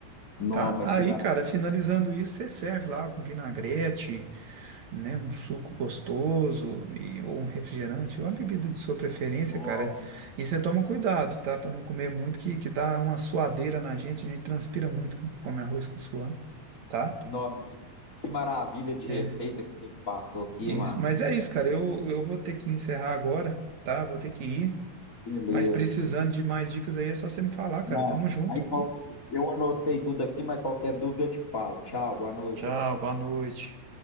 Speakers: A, on the left (about 20°); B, on the right (about 55°).
A: Noma,
B: tá? Aí,
A: que maravilha.
B: cara, finalizando isso, você serve lá com vinagrete, né, um suco gostoso e, ou um refrigerante, ou a bebida de sua preferência,
A: Noma.
B: cara. E você toma cuidado, tá? Pra não comer muito, que, que dá uma suadeira na gente, a gente transpira muito quando come arroz com suã, tá?
A: Nossa, mas que maravilha de receita
B: É,
A: que você me passou aqui,
B: isso.
A: Márcio.
B: Mas é isso, cara. Eu, eu vou ter que encerrar agora, tá? Vou ter que ir.
A: Beleza.
B: Mas precisando de mais dicas aí, é só você me falar,
A: Não,
B: cara. Tamo junto,
A: aí qual-
B: viu?
A: eu anotei tudo aqui, mas qualquer dúvida eu te falo. Tchau, boa noite.
B: Tchau, boa noite.